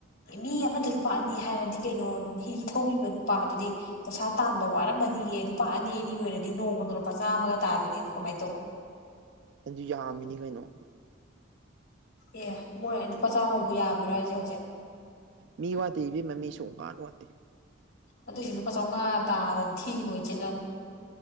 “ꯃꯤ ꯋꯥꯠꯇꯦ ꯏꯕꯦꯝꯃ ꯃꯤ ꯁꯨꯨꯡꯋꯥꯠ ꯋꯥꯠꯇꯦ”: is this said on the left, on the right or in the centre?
Right